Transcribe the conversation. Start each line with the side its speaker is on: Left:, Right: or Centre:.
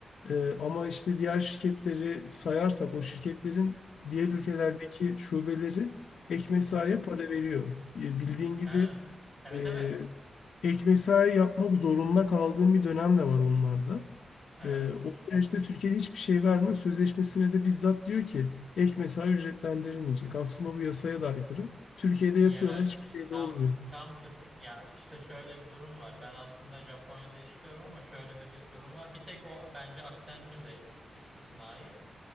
Left: E, ama işte diğer şirketleri sayarsak o şirketlerin diğer
Right: Hı hı.
Left: ülkelerdeki şubeleri ek mesaiye
Right: Aha.
Left: para veriyor. E, bildiğin gibi
Right: Ha. Evet
Left: e,
Right: evet.
Left: ek mesai yapmak zorunda kaldığım bir dönem de var onlarda.
Right: Evet.
Left: Ee, o süreçte Türkiye'de hiçbir şey verme sözleşmesine de bizzat diyor ki ek mesai ücretlendirilmeyecek. Aslında bu yasaya da aykırı. Türkiye'de yapıyorlar
Right: Yerel
Left: hiçbir
Right: işte
Left: şey
Right: tam
Left: de olmuyor.
Right: tam Türk ya işte şöyle bir durum var. Ben aslında Japonya'da istiyorum ama şöyle de bir durum var. Bir tek o bence Accenture'da is- istisnai.